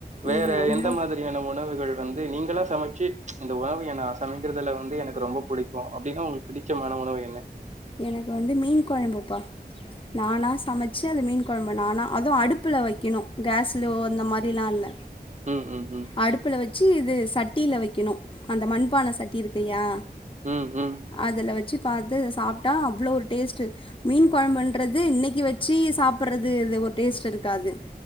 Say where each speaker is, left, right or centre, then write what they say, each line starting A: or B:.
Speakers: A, on the right; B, on the left.
A: வேற
B: ம், ரொம்ப
A: எந்த மாதிரி நீங்கந்த உணவுகள் வந்து நீங்களா சமைச்சு இந்த உணவுய நா சமைக்றதல வந்து எனக்கு ரொம்ப புடிக்கு அப்டின்னா உங்ளுக் பிடிச்சமான உணவு என்ன
B: எனக்கு வந்து மீன் கொழம்புப்பா நானா சமச்சு அந்த மீன் கொழம்பு நானா அது அடுப்புல வைக்கணு கேஸ்லோ அந்த மாரிலா இல்ல
A: ம் ம் ம்
B: அடுப்புல வச்சு இது சட்டில வைக்கணு அந்த மண்பான சட்டி இருக்குயா
A: ம் ம்
B: அதுல வச்சு பாத்து சாப்ட்டா அவ்ளோ ஒரு டேஸ்ட்டு மீன் கொழம்புண்றது இன்னைக்கு வச்சி சாப்புட்றது இது ஒரு டேஸ்ட் இருக்காது